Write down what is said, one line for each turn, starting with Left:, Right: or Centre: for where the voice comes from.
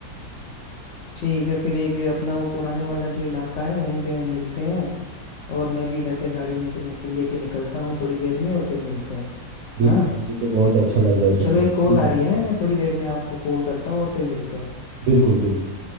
Left: ठीक है फिर एक अपना वो पुराने वाला जो इलाका है वहीं पे हम मिलते हैं और मैं भी इधर से गाड़ी निकल लेके निकलता हूँ थोड़ी देर में और फिर मिलते हैं
Right: बिल्कुल
Left: हाँ
Right: मुझे तो बहुत अच्छा लग रहा है सुनने
Left: चलो एक
Right: में ठीक
Left: कॉल आ
Right: है
Left: रही
Right: ठीक
Left: है
Right: है
Left: मैं थोड़ी देर में आपको कॉल करता हूँ और फिर मिलते हैं
Right: बिल्कुल बिल्कुल